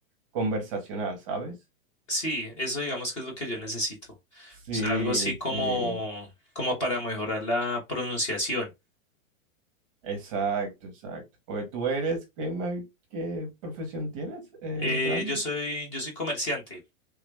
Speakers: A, on the right; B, on the left.
A: conversacional, ¿sabes?
B: Sí, eso digamos que es lo que yo necesito. O
A: Sí,
B: sea, algo así como,
A: sí,
B: como para mejorar la pronunciación.
A: exacto, exacto. Porque tú eres, ¿qué, me- qué profesión tienes, eh,
B: Eh,
A: Brandon?
B: yo soy, yo soy comerciante.